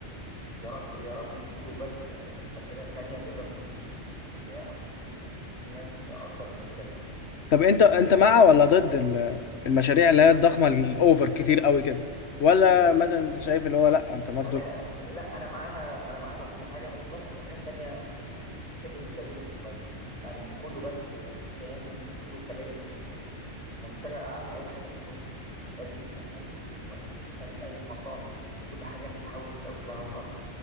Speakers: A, on the right; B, on the left.
A: يا رب يا رب يتيجوا بس المشاريع تانية تقدر تجذب السياح وتجذب الناس أكتر من كده كمان
B: طب أنت أنت مع ولا ضد ال- المشاريع اللي هي الضخمة الأوفر كتير قوي كده ولا مثلا أنت شايف اللي هو لأ أنت برضو
A: أنا لا أنا معاها أنا معاها وكل حاجة بس برضو في حاجات تانية محتاجين نزودها شوية يعني مش كله بس إسكان ومش كله كباري يعني انا محتاج اعمل اي حاجه انتاج محتاجين ان احنا ننتج شويه نعمل اي مصانع مش كل حاجه نحاول نستوردها من بره